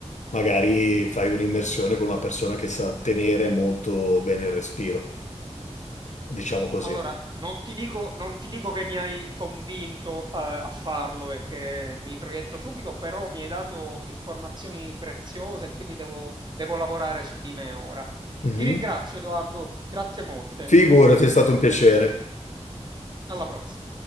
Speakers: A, on the left; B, on the right.
A: magari
B: Eh,
A: fai un'immersione con una persona che sa tenere molto bene il respiro,
B: sì,
A: diciamo
B: sì.
A: così.
B: Allora, non ti dico, non ti dico che mi hai convinto, eh, a farlo e che mi proietto subito, però mi hai dato informazioni preziose e quindi devo, devo lavorare su di me ora.
A: Mhm.
B: Ti ringrazio, Edoardo, grazie molte.
A: Figurati, è stato un piacere.
B: Alla prossima.